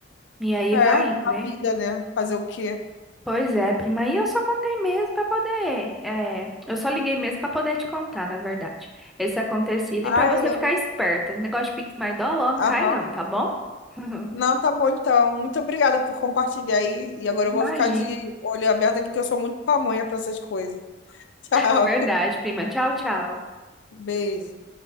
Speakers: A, in the centre; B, on the left (about 75°).
A: E aí
B: É,
A: vai,
B: a
A: né?
B: vida, né? Fazer o quê?
A: Pois é, prima, e eu só contei mesmo para poder, é, eu só liguei mesmo para poder te contar, na verdade, esse acontecido
B: Ai,
A: e para você
B: eu...
A: ficar esperta. Negócio de Pix My Dollar não
B: Aham.
A: cai não, tá bom? <laughs>
B: Não, tá bom então. Muito obrigada por compartilhar aí. E agora
A: Imagina.
B: eu vou ficar de olho aberto aqui, que eu sou muito pamonha para essas coisas. <laughs> Tchau.
A: Verdade, prima. Tchau, tchau.
B: Beijo.